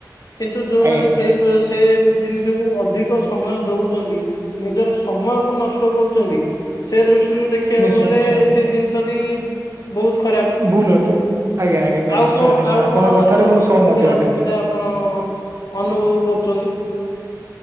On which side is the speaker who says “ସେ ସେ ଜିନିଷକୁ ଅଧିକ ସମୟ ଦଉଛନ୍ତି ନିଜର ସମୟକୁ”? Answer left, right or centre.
Left